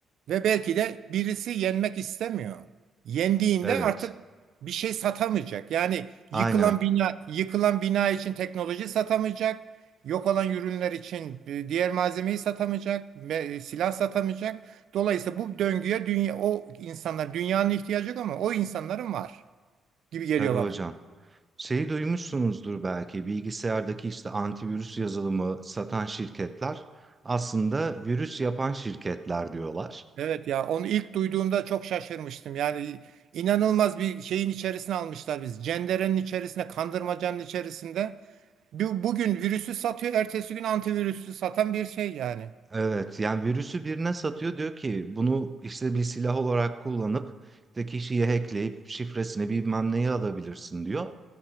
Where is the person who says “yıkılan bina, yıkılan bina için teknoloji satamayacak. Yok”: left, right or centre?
Right